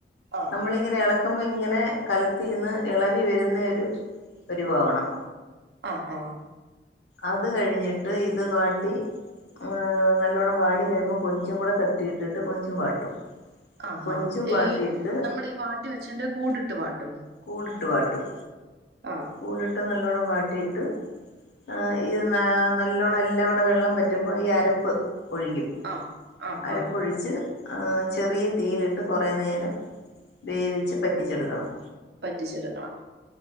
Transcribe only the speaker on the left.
നമ്മൾ ഇങ്ങന ഇള ക്കുമ്പോ ഇങ്ങനെ കലത്തിന്ന് എളവി വരുന്ന ഒരു പരിവം ആവണം
അത് കഴിഞ്ഞിട്ട് ഇത് വാട്ടി ഏഹ് നല്ലോണം വാടി കഴുമ്പോം കൊഞ്ചും കൂടെ തട്ടിയിട്ടിട്ട് കൊഞ്ചും വാട്ടും.
കൊഞ്ചും
വാട്ടിയിട്ട്
കൂടിട്ട് വാട്ടും
കൂടിട്ട് നല്ലോണ്ണം വാട്ടിയിട്ട് ഏഹ് ഇത് നല്ലോണ്ണം എല്ലാം കൂടെ വെള്ളം പ റ്റുമ്പോ ഈ അരപ്പ് ഒഴിക്കും
അരപ്പ്
ഒഴിച്ച് ആഹ് ചെറിയ തീയിലിട്ട് കുറേ നേരം വേവിച്ച് പറ്റിച്ചെടുക്കണം